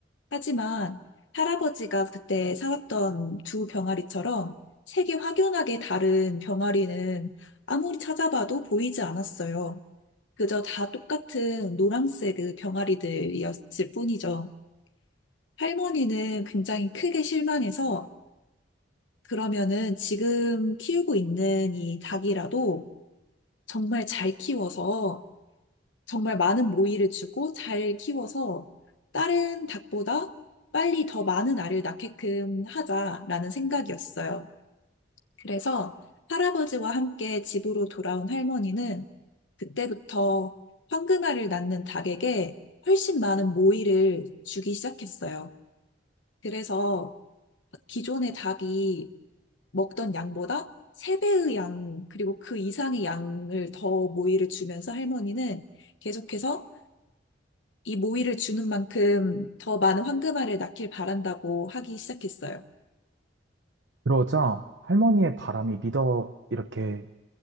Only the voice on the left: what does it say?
하지만 할아버지가 그때 사왔던 두 병아리처럼 색이 확연하게 다른 병아리는 아무리 찾아봐도 보이지 않았어요. 그저 다 똑같은 노란색 그 병아리들이었을 뿐이죠. 할머니는 굉장히 크게 실망해서 그러면은 지금 키우고 있는 이 닭이라도 정말 잘 키워서 정말 많은 모이를 주고 잘 키워서 다른 닭보다 빨리 더 많은 알을 낳게끔 하자라는 생각이었어요. 그래서 할아버지와 함께 집으로 돌아온 할머니는 그때부터 황금알을 낳는 닭에게 훨씬 많은 모이를 주기 시작했어요. 그래서 기존의 닭이 먹던 양보다 세배의 양, 그리고 그 이상의 양을 더 모이를 주면서 할머니는 계속해서 이 모이를 주는 만큼 더 많은 황금알을 낳길 바란다고 하기 시작했어요.